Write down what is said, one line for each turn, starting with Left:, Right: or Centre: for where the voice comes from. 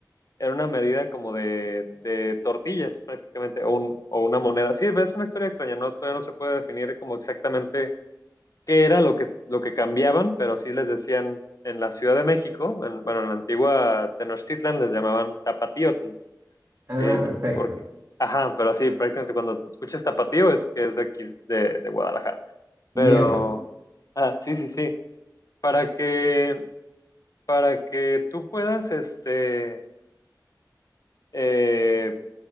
Left: era una medida como de, de tortillas prácticamente, o, un- o una moneda. Sí, es una historia extraña, ¿no? Todavía no se puede definir como exactamente qué era lo que, lo que cambiaban, pero sí les decían en la Ciudad de México, en, bueno, en la antigua Tenochtitlan les llamaban tapatíotls,
Right: Ah,
Left: eh,
Right: perfecto.
Left: porque, ajá, pero así prácticamente cuando escuchas tapatío es que es de aquí, de, de Guadalajara. Pero,
Right: Mira tú.
Left: ah, sí, sí, sí, para que, para que tú puedas, este, eh,